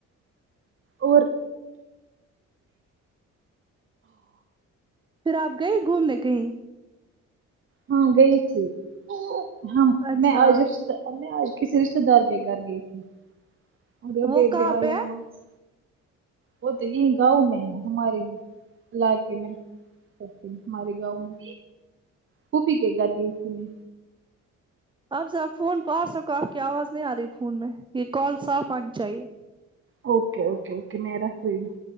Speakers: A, on the right (about 40°); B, on the right (about 15°).
A: اور
B: پھر آپ گئے گھومنے کہیں
A: ہاں گئی تھی ہم
B: اچھا
A: میں آئے جب سے اب میں آج کسی رشتے دار کے گھر گئی تھی اور ابھی
B: وہ
A: ابھی
B: کہاں
A: آئی
B: پہ
A: ہوں
B: ہے
A: وہاں سے وہ تو یہیں گاؤں میں ہے ہمارے ہی علاقے میں کرتی ہوں ہمارے گاؤں میں پھوپھی کے گھر گئی تھی میں
B: آپ ذرا فون پاس رکھو آپ کی آواز نہیں آ رہی فون میں یہ کال صاف آنی چاہیے
A: اوکے اوکے اوکے میں رکھ رہی ہوں